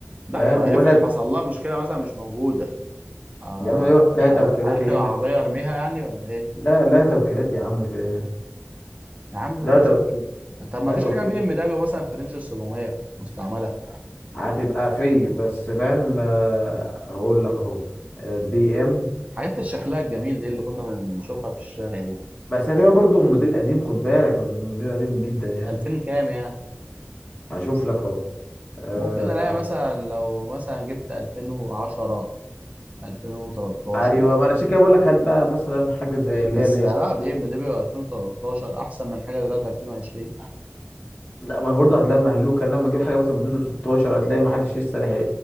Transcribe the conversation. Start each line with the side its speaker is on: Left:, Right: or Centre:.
Right: لا
Left: فاهم
Right: ما
Left: وهنا
Right: افرض حصل لها مشكلة مثلا مش موجودة آه،
Left: يا عم ليه- لا توكيلات
Right: اركن
Left: هنا
Right: العربيه ارميها يعني ولا ايه
Left: لا لا توكيلات يا عم في إيه؟
Right: يا عم ماشي
Left: لا توكيل
Right: طب ما
Left: لا
Right: فيش
Left: توكيل
Right: حاجه بي ام دبليو مثلا في رينج ال 700 مستعمله
Left: هتبقى في بس فاهم آه، هقول لك اهو بي ام
Right: حاجات اللي شكلها الجميل دي اللي كنا بنشوفها في الشارع دي
Left: بس هتبقى برضو الموديل قديم خد بالك الموديل قديم جدا يعني
Right: 2000 كام يعني
Left: هشوف لك اهو آه،
Right: ممكن الاقي مثلا لو مثلا جبت 2010 2013
Left: ايوه ما انا عشان كده بقول لك هات بقى مثلا حاجه زي اللي
Right: بس
Left: هي الايه
Right: لا بي ام دبليو 2013 احسن من حاجه دلوقتي 2020 يا
Left: لا ما هو برضه هتلاقي مهلوكه انما تجيب حاجه مثلا بدون 16 هتلاقي ما حدش لسه لحق ي-